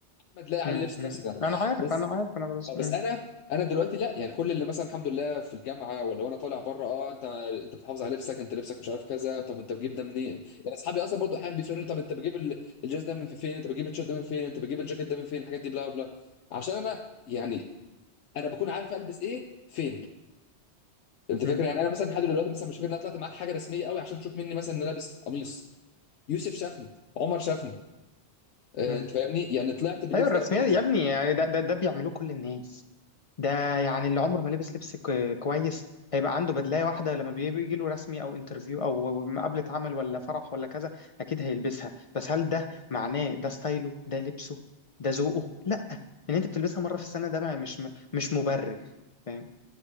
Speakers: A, on the left; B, on the left.
A: ما تلاقي عليه
B: مم.
A: لبس الرسمي
B: مم.
A: ده
B: انا عارف
A: بس
B: انا عارف انا بس
A: اه بس
B: مم.
A: انا انا دلوقتي لا يعني كل اللي مثلا الحمد لله في الجامعه ولا وانا طالع بره اه انت انت بتحافظ على لبسك انت لبسك مش عارف كذا طب انت بتجيب ده منين يعني اصحابي اصلا برضو احيانا بيسالوني طب انت بتجيب ال- الجينز ده من فين انت بتجيب التيشيرت ده من فين انت بتجيب الجاكيت ده من فين الحاجات دي بلا بلا عشان انا يعني انا بكون عارف البس ايه فين انت
B: مم.
A: فاكر يعني انا مثلا لحد دلوقتي مثلا مش فاكر ان انا طلعت معاك حاجه رسميه قوي عشان تشوف مني مثلا ان انا لابس قميص يوسف شافني عمر شافني آه
B: مم.
A: انت فاهمني يعني طلعت باللبس
B: ايوه الرسميات
A: ده قبل كده
B: يا ابني يعني ده ده, ده بيعملوه كل الناس ده يعني اللي عمره ما لبس لبس ك- كويس هيبقى عنده بدلايه واحده لما بيجي له رسمي او انترفيو او مقابله عمل ولا فرح ولا كذا اكيد هيلبسها بس هل ده معناه ده ستايله ده لبسه ده ذوقه لا ان انت بتلبسها مره في السنه ده ما مش مش مبرر فاهم